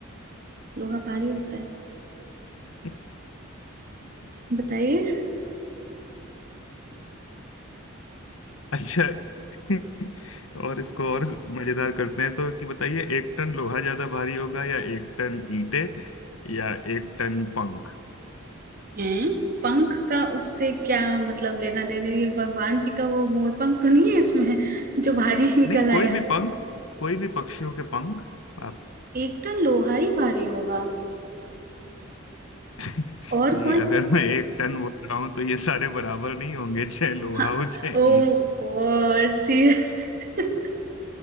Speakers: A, on the right; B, on the left.
A: लोहा भारी होता है
B: है
A: बताइए
B: अच्छा <laughs> और इसको और मजेदार करते हैं तो कि बताइए एक टन लोहा ज्यादा भारी होगा या एक टन ईंटे या एक टन पंख
A: हैं पंख का उससे क्या मतलब लेना देना ये भगवान जी का वो मोर पंख तो नहीं है इसमें जो भारी <laughs> निकल
B: नहीं
A: आया
B: कोई भी पंख कोई भी पक्षियों के पंख आप
A: एकदम लोहा ही भारी होगा
B: <laughs>
A: और
B: जी
A: कौन
B: अगर मैं एक टन बोल रहा हूं तो ये सारे बराबर नहीं होंगे चाहे लोहा
A: हाँ
B: हो चाहे
A: ओ
B: ईंट हो
A: गॉड <laughs>